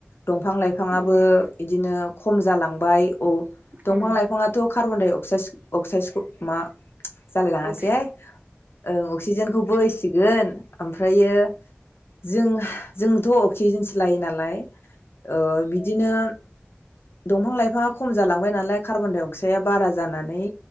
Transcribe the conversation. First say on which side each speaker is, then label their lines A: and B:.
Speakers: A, on the left; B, on the right.
A: दंफां लाइफाङाबो
B: उम
A: इदिनो खम जालांबाय औ। दंफां
B: उम
A: लाइफाङाथ कार्बन-डाइ-अक्साइस अक्साइसखौ मा जालाय लाङासै
B: औ ओं
A: हाय ओ अक्सिजेनखौबोसिगोन ओमफ्रायो जों जोंथ अक्सिजेनसो लायो नालाय ओ बिदिनो दंफां लाइफाङा खम जालांबाय नालाय कार्बन-डाइअक्साइया बारा जानानै